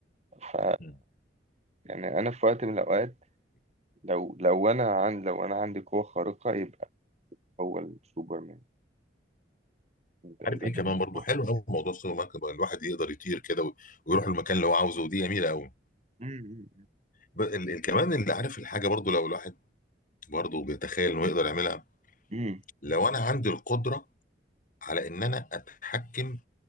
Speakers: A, on the right; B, on the left.
A: ف
B: مم.
A: يعني أنا في وقت من الأوقات لو لو أنا عن لو أنا عندي قوة خارقة يبقى هو السوبرمان أنت أنت
B: عارف ايه
A: <laughs>
B: كمان برضو
A: فاهم
B: حلو قوي موضوع السوبر ماركت بقى الواحد يقدر يطير كده ويروح المكان اللي هو عاوزه ودي جميله قوي
A: مم،
B: ب- ال- ال- كمان اللي عارف الحاجه برضو لو الواحد برضو بيتخيل انه يقدر يعملها
A: مم،
B: لو انا عندي القدره على ان انا اتحكم